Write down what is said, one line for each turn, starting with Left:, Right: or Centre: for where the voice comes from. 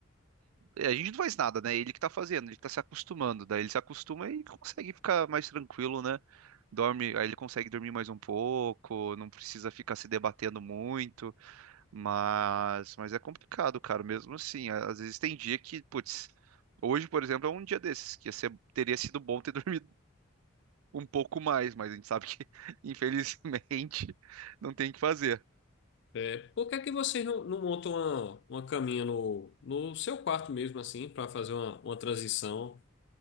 Right: É, A gente não faz nada, né? Ele que tá fazendo, ele que tá se acostumando. Daí ele se acostuma e consegue ficar mais tranquilo, né? Dorme, aí ele consegue dormir mais um pouco, não precisa ficar se debatendo muito, mas, mas é complicado, cara, mesmo assim. Às vezes tem dia que, putz, hoje, por exemplo, é um dia desses, que ia ser- teria sido bom ter <laughs> dormido um pouco mais, mas a gente sabe que, <laughs> infelizmente, não tem o que fazer.
Left: É, por que é que vocês não, não montam uma, uma caminha no, no seu quarto mesmo, assim, para fazer uma, uma transição